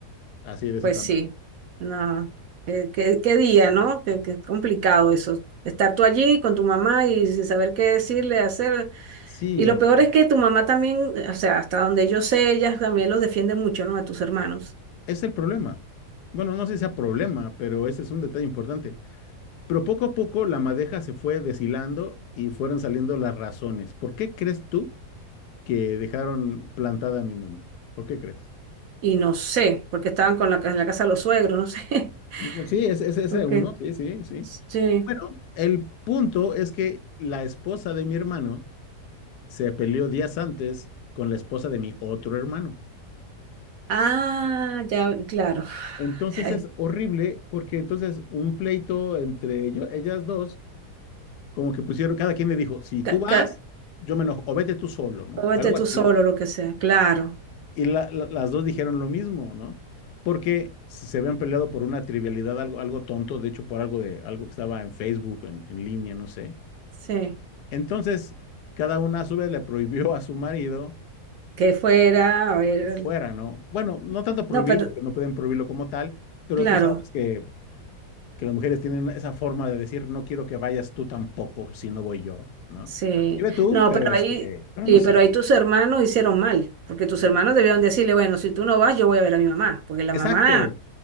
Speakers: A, on the left; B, on the right.
A: así de ese
B: Pues
A: tamaño.
B: sí, no, qué, qué- qué día, ¿no? Qué, qué complicado eso. Estar tú allí con tu mamá y sin saber qué decirle, hacer.
A: Sí,
B: Y lo
A: hombre.
B: peor es que tu mamá también, o sea, hasta donde yo sé, ella también los defiende mucho, ¿no? A tus hermanos.
A: Es el problema. Bueno, no sé si sea problema, pero ese es un detalle importante. Pero poco a poco la madeja se fue deshilando y fueron saliendo las razones. ¿Por qué crees tú que dejaron plantada a mi mamá? ¿Por qué crees?
B: Y no sé, porque estaban con la, en la casa de los suegros, no sé.
A: Mm, Sí, es
B: <laughs>
A: ese es
B: porque
A: uno, sí, sí, sí.
B: Sí.
A: Bueno, el punto es que la esposa de mi hermano se peleó días antes con la esposa de mi otro hermano.
B: Ah, ya, claro.
A: Entonces
B: <sighs> Ay,
A: es horrible porque entonces un pleito entre ello- ellas dos como que pusieron, cada quien le dijo, si tú
B: ca-
A: vas,
B: ca-
A: yo me enojo, o vete tú solo, ¿no?
B: o vete
A: Algo
B: tú
A: así.
B: solo, lo que sea, claro.
A: Y la- la- las dos dijeron lo mismo, ¿no? Porque se se habían peleado por una trivialidad, algo, algo tonto, de hecho por algo de algo que estaba en Facebook, en, en línea, no sé.
B: Sí.
A: Entonces, cada una a su vez le prohibió a su marido
B: Que fuera, a ver.
A: que fuera, ¿no? Bueno, no tanto prohibir,
B: No, pero
A: porque no pueden prohibirlo como tal, pero
B: claro.
A: tú sabes que, que las mujeres tienen esa forma de decir, no quiero que vayas tú tampoco si no voy yo, ¿no?
B: Sí,
A: O sea, sí ve tú,
B: no,
A: pero
B: pero
A: este,
B: ahí,
A: pero
B: sí,
A: no sé.
B: pero ahí tus hermanos hicieron mal, porque tus
A: Sí.
B: hermanos debieron decirle, bueno, si tú no vas, yo voy a ver a mi mamá, porque la mamá
A: Exacto,